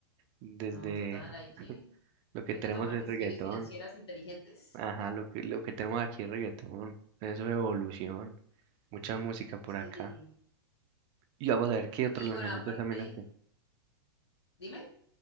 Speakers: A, on the right; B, on the left.
A: desde
B: No, total, hay que,
A: lo que
B: hay
A: tenemos
B: que tomar
A: es
B: decisiones
A: reggaetón.
B: financieras inteligentes.
A: Ajá, lo que, lo que tenemos aquí es reggaetón. Eso es evolución. Mucha música por
B: Sí.
A: acá. Y vamos a ver qué otros
B: Y
A: lanzamientos
B: bueno, aparte,
A: también hacen.
B: dime,